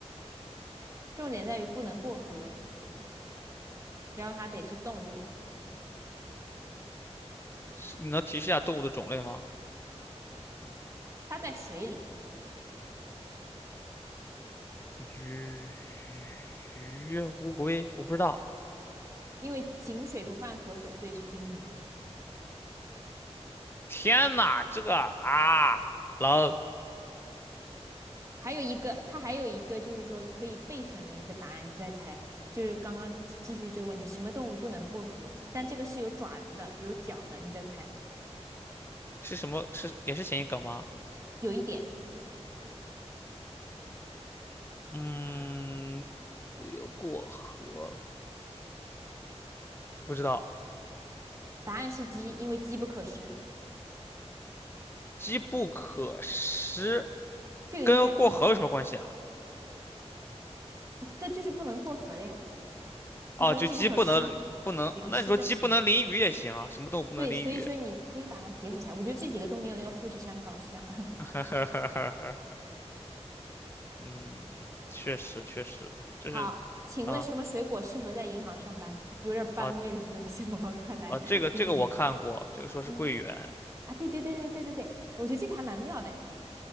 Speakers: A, on the right (about 25°); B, on the left (about 20°).
A: 重点在于不能过河，然后它得是动物，
B: 是，你能提示一下动物的种类吗？
A: 它在水里，
B: 鱼鱼鱼，乌龟，我不知道。
A: 因为井水不犯河水，所以是金鱼。
B: 天呐，这个啊，狼
A: 还有一个，它还有一个就是说可以备选的一个答案，你再猜。就是刚刚继续这个问题，什么动物不能过河？但这个是有爪子的，有脚的，你再猜。
B: 是什么？是也是谐音梗吗？
A: 有一点，
B: 嗯，没有过河，不知道。
A: 答案是鸡，因为机不可失。
B: 机不可失，
A: 这个应该，
B: 跟过河有什么关系啊？
A: 这就是不能过河了呀，就是说机不可失，
B: 哦，就鸡不能不能，
A: 淋湿的湿。
B: 那你说鸡不能淋雨也行啊？什么动物不能淋雨？
A: 对，所以说你可以把它结合起来。我觉得这几个都没有那个富士山搞笑。<laughs>
B: <laughs> 哈哈哈哈哈嗯，确实确实，就是啊
A: 好，请问什么水果适合在银行上班？有点班味的冷笑话，
B: 啊
A: 快来最后一个。
B: 啊，这个这个我看过，这个说是桂圆，
A: 嗯，啊，对对对对对对对，我觉得这个还蛮妙的。